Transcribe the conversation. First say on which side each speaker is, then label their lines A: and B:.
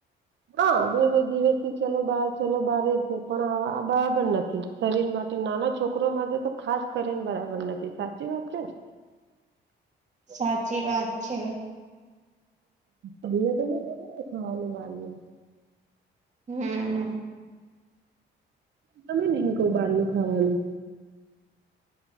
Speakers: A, on the right (about 65°); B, on the right (about 35°).
A: હા બે બે દિવસ થી ચલો બાર ચલો બાર જ છે પણ એ બરાબર નથી. શરીર માટે નાના છોકરો માટે તો ખાસ કરીને બરાબર નથી સાચી વાત છે ને
B: સાચી વાત છે.
A: અહીયા તો નહી જડેને ખાવાનું બાર નુ
B: હમ્મ.
A: તમે નહું કો બહાર નુ ખાવાનું